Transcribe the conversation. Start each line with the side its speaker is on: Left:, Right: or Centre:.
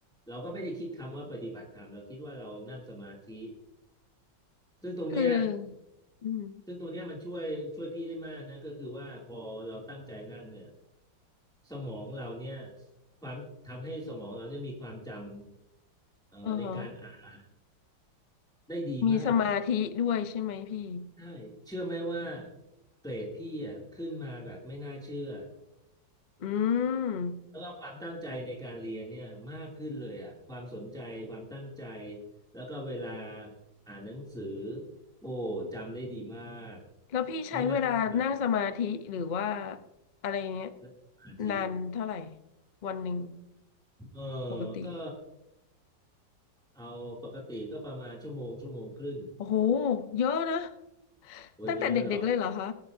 Centre: เราก็ไม่ได้คิดคำว่าปฏิบัติธรรมเราคิดว่าเรานั่งสมาธิซึ่งตรงเนี้ย
Left: คืออืม
Centre: ซึ่งตรงเนี้ยมันช่วยช่วยพี่ได้มากนะก็คือว่าพอเราตั้งใจนั่งเนี่ยสมองเราเนี่ยความทำให้สมองเราเนี่ยมีความจำเอ่อในการอ่าน
Left: อ๋อฮะ
Centre: ได้ดีมาก
Left: มีสมาธิด้วยใช่ไหมพี่
Centre: ใช่เชื่อไหมว่าเกรดพี่อ่ะขึ้นมาแบบไม่น่าเชื่อ
Left: อืม
Centre: แล้วก็ความตั้งใจในการเรียนเนี่ยมากขึ้นเลยอ่ะความสนใจความตั้งใจแล้วก็เวลาอ่านหนังสือโอ้จำได้ดีมาก
Left: แล้วพี่ใช้เวลานั่งสมาธิหรือว่า
Centre: ไม่น่าเชื่อ
Left: อะไรเงี้ย
Centre: เลยสมาธิ
Left: นานเท่าไหร่วันหนึ่ง
Centre: เออ
Left: ปกติ
Centre: ก็เอาปกติก็ประมาณชั่วโมงชั่วโมงครึ่ง
Left: โอ้โหเยอะนะ
Centre: โอ้ยไม่เยอะหรอก
Left: ตั้งแต่เด็กๆเลยเหรอคะ